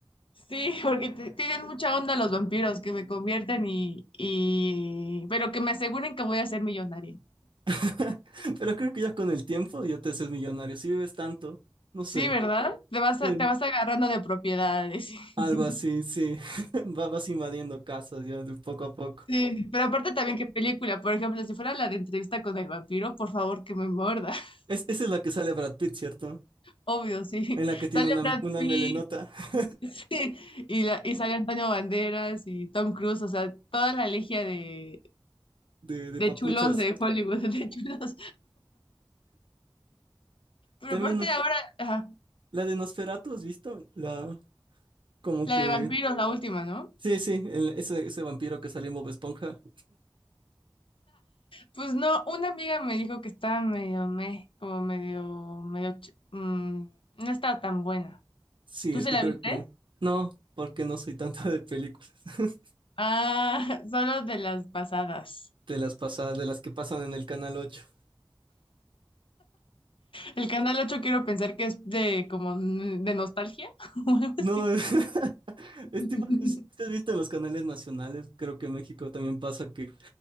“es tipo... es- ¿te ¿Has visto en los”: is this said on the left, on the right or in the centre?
Right